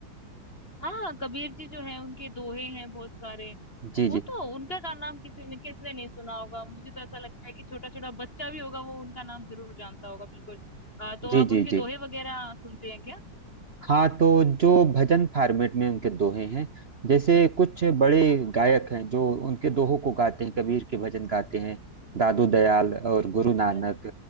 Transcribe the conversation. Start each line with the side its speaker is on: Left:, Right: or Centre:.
Left: हाँ कबीर जी जो है उनके दोहे हैं बहुत सारे
Right: जी
Left: वो
Right: जी
Left: तो उनका का नाम किसी ने किसने नहीं सुना होगा मुझे तो ऐसा लगता है कि छोटा छोटा बच्चा भी होगा वो उनका नाम जरूर जानता होगा बिल्कुल अ, तो
Right: जी
Left: आप उनके
Right: जी
Left: दोहे
Right: जी
Left: वगैरह सुनते हैं क्या
Right: हाँ तो जो भजन फॉर्मेट में उनके दोहे हैं जैसे कुछ बड़े
Left: हाँ हाँ
Right: गायक हैं जो उनके दोहों को गाते हैं कबीर के भजन गाते हैं दादू दयाल और गुरु
Left: अच्छा
Right: नानक
Left: अच्छा